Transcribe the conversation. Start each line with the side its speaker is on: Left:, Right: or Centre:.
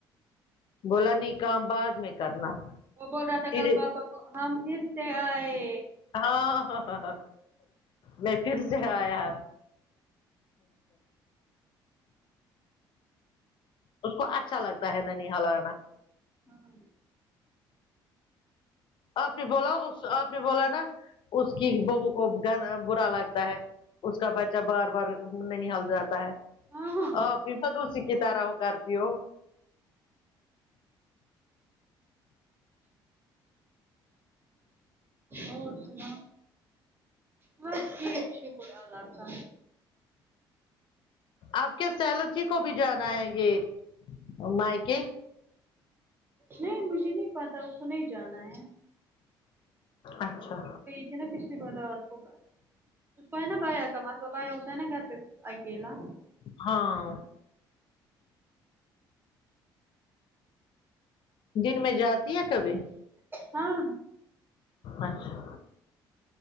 Left: بولا نہیں کام بعد میں کرنا
Right: وہ بول رہا تھا
Left: سیدھے
Right: کل پاپا کو ہم پھر سے آئے
Left: ہاں ہاں ہاں میں پھر سے آیا اس کو اچھا لگتا ہے نن ہال آنا
Right: ہاں
Left: آپ نے بولا اس آپ نے بولا نا اس کی بہو کو گر برا لگتا ہے اس کا بچہ بار بار میں ننہال جاتا ہے
Right: ہاں ہاں
Left: آپ بھی ب اسی کی طرح وہ کر تی ہو
Right: اور سنا ہاں ٹھیک شکر اللہ کا
Left: آپ کے سیلس جی کو بھی جانا ہے یہ مائک
Right: نہیں مجھے نہیں پتا اس کو نہیں جانا ہے
Left: اچھا
Right: تھی نا پچھلی بار رات کو اس کو ہے نا بایا کماسو بایا ہوتا ہے نا گھر پہ آئیکے لا
Left: ہاں دن میں جاتی ہے کبھی
Right: ہاں
Left: اچھا